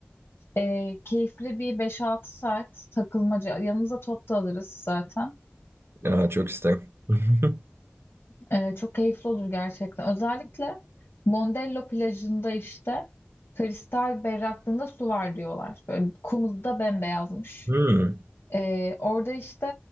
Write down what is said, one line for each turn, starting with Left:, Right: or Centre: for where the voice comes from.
Left: E, keyifli bir 5-6 saat takılmaca. Yanımıza top da alırız zaten.
Right: Ya çok isterim. <laughs>
Left: Ee, çok keyifli olur gerçekten. Özellikle Mondello plajında işte kristal berraklığında su var diyorlar. Böyle kumu da bembeyazmış.
Right: Hmm.
Left: Ee, orada işte